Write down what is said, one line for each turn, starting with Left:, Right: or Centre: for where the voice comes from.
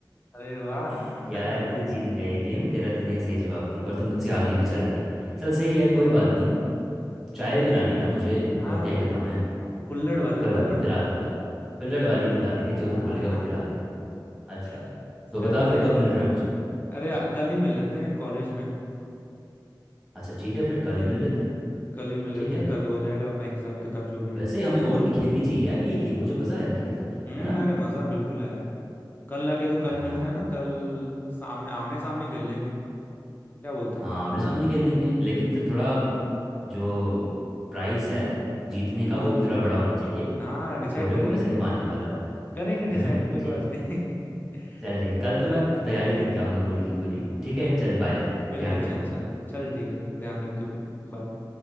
Left: अरे वाह
Centre: <laughs>
Left: <laughs>
Centre: यार तू जीत गया ये गेम तेरा तूने सही जवाब दिया और तू मुझसे आगे भी चल रहा है चल सही है कोई बात नहीं चाय पिलानी है ना मुझे
Left: हाँ
Centre: और क्या
Left: भाई
Centre: ही करवाना है
Left: कुल्हड़ वाली
Centre: कोई बात
Left: कुल्हड़
Centre: नहीं पिला
Left: वाली
Centre: दूंगा कुल्हड़ वाली पिला देंगे
Left: हाँ
Centre: जो तू बोलेगा वो पिला देंगे अच्छा
Left: <laughs>
Centre: तो
Left: चल
Centre: बता
Left: भाई
Centre: फिर कब मिल रहा है मुझे
Left: अरे आ- कल ही मिल लेते हैं कॉलेज में
Centre: अच्छा ठीक है फिर कल
Left: हम्म
Centre: ही मिल लेते हैं
Left: कल ही मिल लेते
Centre: ठीक है
Left: हैं कल हो जाएगा अपना हिसाब किताब जो भी
Centre: वैसे
Left: है
Centre: हमें और भी खेलनी चाहिए यार ये गेम मुझे मज़ा आया खेल कर
Left: हम्म
Centre: है ना
Left: अरे मजा बिल्कुल आया यार कल लगे तो कल
Centre: हाँ
Left: मिलते हैं ना कल सामने आमने सामने खेल लेंगे क्या बोलते
Centre: हाँ
Left: हैं
Centre: आमने सामने खेल लेंगे लेकिन फिर थोड़ा जो प्राइस है जीतने
Left: हम्म
Centre: का वो भी थोड़ा बड़ा होना चाहिए
Left: हाँ डिसाइड
Centre: छोटे
Left: करेंगे
Centre: मोटे
Left: करेंगे
Centre: से नहीं मानने वाला मैं
Left: करेंगे डिसाइड
Centre: <laughs>
Left: कोई
Centre: ठीक
Left: बात
Centre: है
Left: नहीं <laughs>
Centre: चल ठीक है कल तो मैं तैयारी करके आऊँगा पूरी की पूरी
Left: हम्म
Centre: ठीक है चल बाय फिर
Left: बिल्कुल
Centre: ध्यान रखो
Left: चल
Centre: अपना
Left: चल चल ठीक है ध्यान रख तू भी बाय